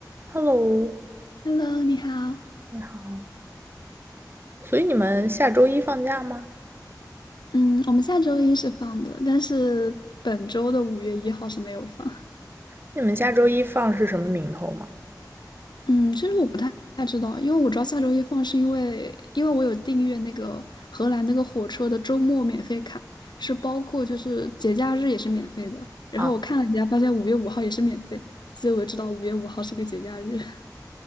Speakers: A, on the right; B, on the left.
A: Hello，
B: Hello，你好。
A: 你好，所以你们下周一放假吗？
B: 嗯，我们下周一是放的，但是本周的五月一号是没有放。
A: 你们下周一放是什么名头吗？
B: 嗯，其实我不太太知道，因为我知道下周一放是因为因为我有订阅那个荷兰那个火车的周末免费卡，是包括就是节假日也是免费的。然后我看了一下，
A: 啊，
B: 发现五月五号也是免费，所以我就知道五月五号是个节假日。<laughs>